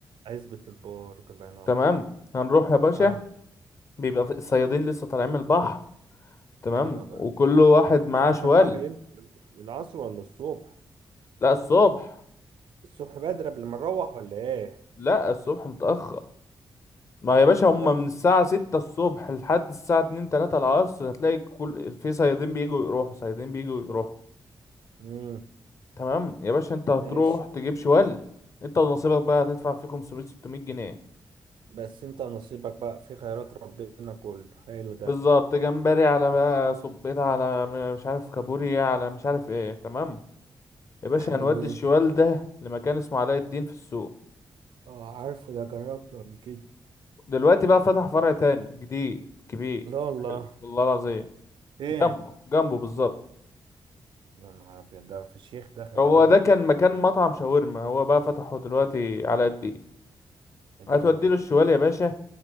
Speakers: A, on the right; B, on the left.
A: عزبة البرج الله ينور
B: تمام
A: عليك
B: هنروح يا باشا
A: اه
B: بيبقى في الصيادين لسه طالعين من البحر تمام
A: ايوه بقى
B: وكل واحد
A: بس
B: معاه
A: طالعين
B: شوال
A: من البحر امتى العصر ولا الصبح
B: لا الصبح
A: الصبح بدري قبل ما نروح ولا ايه
B: لا الصبح متأخر ما يا باشا
A: اللي
B: هما
A: هو ايه؟
B: من الساعة ستة الصبح لحد الساعة اتنين تلاتة العصر هتلاقي كل في صيادين بيجوا يروحوا صيادين بيجوا يروحوا
A: امم
B: تمام يا باشا انت هتروح
A: ماشي
B: تجيب شوال انت ونصيبك بقى هتدفع فيه 500 600 جنيه
A: بس انت نصيبك بقى في خيرات ربنا كله حلو ده
B: بالظبط جمبري على بقى صبيطة على م- مش عارف كابوريا على مش عارف ايه تمام يا باشا
A: حلو
B: هنودي
A: ايه
B: الشوال ده لمكان اسمه علاء الدين في السوق
A: اه عارفه ده جربته قبل كده
B: دلوقتي بقى فتح فرع تاني جديد كبير
A: لا والله
B: حلو والله العظيم
A: ايه
B: جنبه جنبه بالظبط
A: يا نهار ابيض ده فشيخ ده خلي
B: هو
A: بالك
B: ده كان
A: بيحب-
B: مكان مطعم شاورما هو بقى فتحه دلوقتي علاء الدين
A: اديله
B: هتودي
A: ادي
B: له الشوال يا باشا